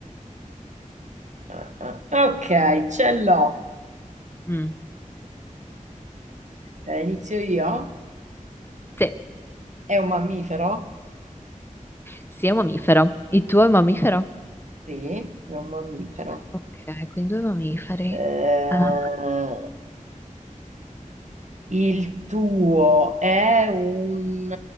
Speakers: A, on the right (about 60°); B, on the left (about 15°).
A: ah, ah, ok, ce l'ho.
B: Mm,
A: Eh, inizio io.
B: Sì,
A: È un mammifero?
B: sì, è un mammifero. Il tuo è un mammifero?
A: Sì, è un mammifero.
B: Ok, quindi due mammiferi.
A: Eh,
B: Ah,
A: il tuo è un,